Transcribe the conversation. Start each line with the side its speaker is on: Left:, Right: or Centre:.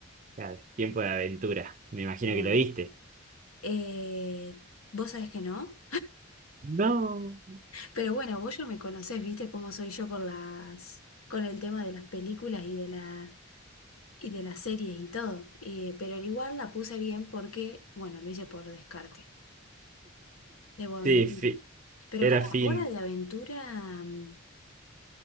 Right: Claro, tiempo de aventura. Me imagino
Left: Bien.
Right: que lo viste.
Left: Eh, vos sabés que no,
Right: No.
Left: pero bueno, vos ya me conocés, viste cómo soy yo con las, con el tema de las películas y de la, y de las series y todo. Eh, pero al igual la puse bien porque, bueno, lo hice por descarte, debo admitir.
Right: Sí, Fi-
Left: Pero
Right: era
Left: para
Right: Finn.
Left: Hora de Aventura, mm,